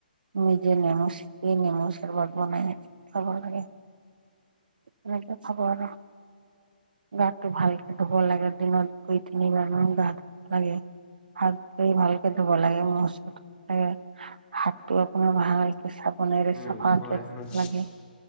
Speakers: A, on the right (about 65°); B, on the left (about 20°).
A: নিজে নেমু শিপি নেমুচবাত বনাই খাব লাগে এনেকে খাব আৰু গাটো ভালকে ধুব লাগে দিনত দুই তিনি বান গা ধুব লাগে হাত ধুই ভালকে ধুব লাগে ম লাগে টো আপোনাৰ ভালকে চাব। বনেৰে
B: উম,
A: চফা
B: হয়, হয়।
A: লাগে